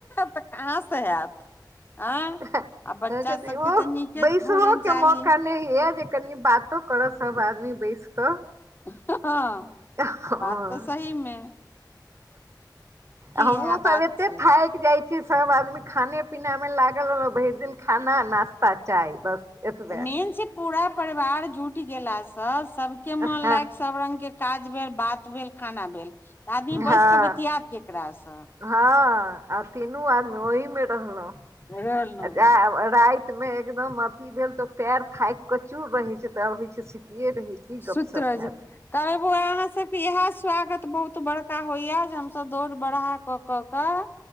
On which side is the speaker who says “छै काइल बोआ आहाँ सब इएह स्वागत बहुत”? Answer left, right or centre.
Left